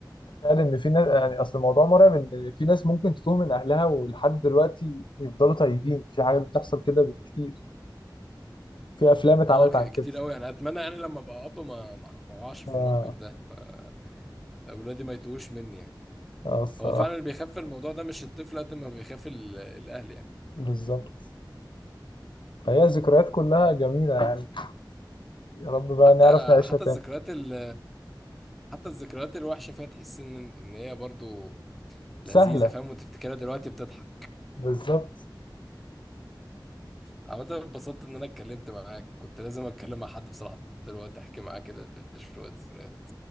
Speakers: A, on the left; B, in the centre.
A: تخيل ان في ناس يعني اصل الموضوع مرعب ان في ناس ممكن تتوه من اهلها ولحد دلوقتي يفضلوا تايهين في حاجات بتحصل كده بالكتير في افلام اتعملت
B: اه ك-
A: عن كده
B: كتير قوي يعني اتمنى يعني لما ابقى اب ما ما ما اقعش في
A: اه
B: الموقف ده ما- اولادي ما يتوهوش مني يعني
A: آه، الصراحه
B: هو فعلا اللي بيخاف الموضوع ده مش الطفل قد ما بيخاف ال- الاهل يعني
A: بالظبط فهي ذكريات كلها جميله يعني يا رب بقى
B: حتى
A: نعرف نعيشها
B: حتى
A: تاني
B: الذكريات ال حتى الذكريات الوحشه فيها تحس ان ان هي برضو لذيذه
A: سهلة
B: فاهم وتفتكرها دلوقتي بتضحك
A: بالظبط
B: عامه اتبسطت ان انا اتكلمت معاك كنت لازم اتكلم مع حد بصراحه دلوقتي احكي معاه كده شويه ذكريات